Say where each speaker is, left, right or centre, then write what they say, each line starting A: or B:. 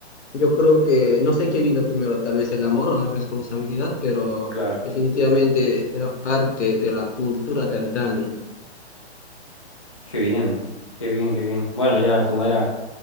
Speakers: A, on the left (about 85°); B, on the left (about 30°).
A: Yo creo que no sé qué vino primero, tal vez el amor o la responsabilidad, pero
B: Claro.
A: definitivamente era parte de la cultura de antaño.
B: Qué bien, qué bien, qué bien. Bueno, ya como era,